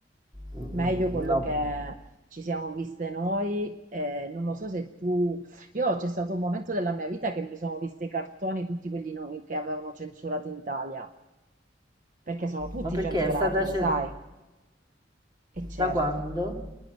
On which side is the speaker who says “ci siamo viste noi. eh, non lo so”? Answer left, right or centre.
Right